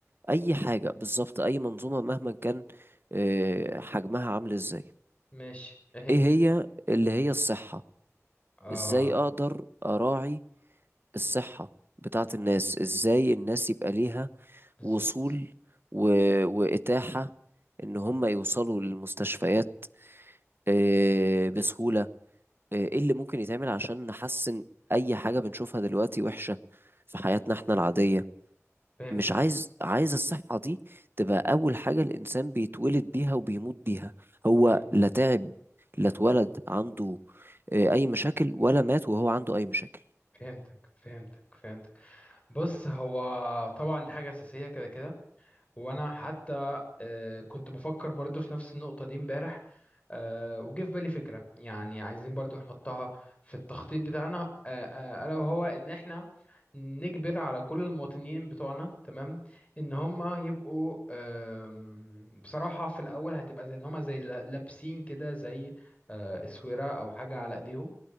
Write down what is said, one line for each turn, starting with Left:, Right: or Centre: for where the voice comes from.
Right: اي حاجة بالظبط اي منظومة مهما كان آه، حجمها عامل ازاي
Left: ماشي ايه هي
Right: ايه هي اللي هي الصحة
Left: اه
Right: ازاي اقدر اراعي الصحة بتاعت الناس ازاي الناس يبقى ليها
Left: بالظبط
Right: وصول و... واتاحة ان هم يوصلوا للمستشفيات آه، بسهولة آه، ايه اللي ممكن يتعمل عشان نحسن اي حاجة بنشوفها دلوقتي وحشة في حياتنا احنا العادية
Left: فهمتك
Right: مش عايز عايز الصحة دي تبقى أول حاجة الإنسان بيتولد بيها وبيموت بيها هو
Left: مم.
Right: لا تعب لا اتولد عنده آه، أي مشاكل ولا مات وهو عنده أي مشاكل
Left: فهمتك فهمتك فهمتك بص هو طبعا دي حاجة أساسية كده كده وانا حتى آه، كنت بفكر برضو في نفس النقطة دي امبارح آه، وجه في بالي فكرة يعني عايزين برضو نحطها في التخطيط بتاعنا آه، آه، الا وهو ان احنا نجبر على كل المواطنين بتوعنا تمام ان هم يبقوا آم، بصراحة في الاول هتبقى زي ان هم زي لا- لابسين كده زي آه، اسورة او حاجة على ايديهم